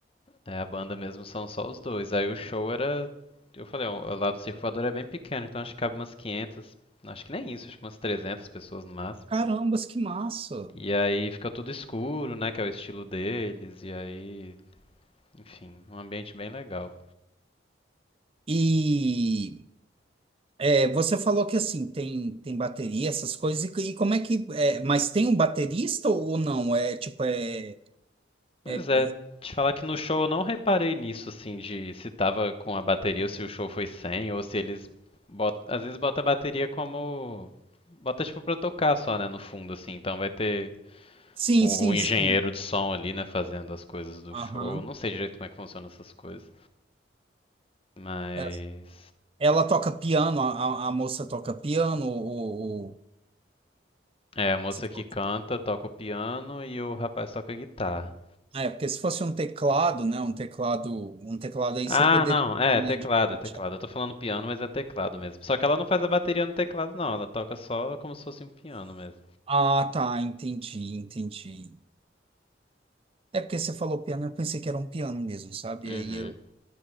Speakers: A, on the left; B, on the right.
A: É, a banda mesmo são só os dois. Aí o show era. Eu falei, ó, lá do Circulador é bem pequeno, então acho que cabe umas 500. Acho que nem isso, acho que umas 300 pessoas no máximo.
B: Carambas, que massa!
A: E aí fica tudo escuro, né? Que é o estilo deles. E aí. Enfim, um ambiente bem legal.
B: E é, você falou que assim tem tem bateria, essas coisas, e, e como é que é, mas tem um baterista ou não? É tipo é,
A: Pois
B: é-
A: é, te falar que no show eu não reparei nisso, assim, de se tava com a bateria ou se o show foi sem, ou se eles. bot- Às vezes bota a bateria como. Bota tipo pra tocar só, né? No fundo, assim. Então vai ter
B: sim,
A: o,
B: sim,
A: o engenheiro
B: sim.
A: de som ali, né, fazendo as coisas do
B: Aham.
A: show. Não sei direito como é que funcionam essas coisas. Mas.
B: É, Ela toca piano, a, a a moça toca piano, O ou-
A: É, a moça
B: se for-
A: que canta, toca o piano e o rapaz toca a guitarra.
B: é, porque se fosse um teclado, né? Um teclado, um teclado aí
A: Ah,
B: você poderia,
A: não, é, é teclado,
B: né? de- de-
A: é teclado. Eu tô falando piano, mas é teclado mesmo. Só que ela não faz a bateria no teclado, não. Ela toca só como se fosse um piano mesmo.
B: Ah, tá, entendi, entendi. É porque você falou piano, eu pensei que era um piano mesmo, sabe?
A: Uhum.
B: Aí eu,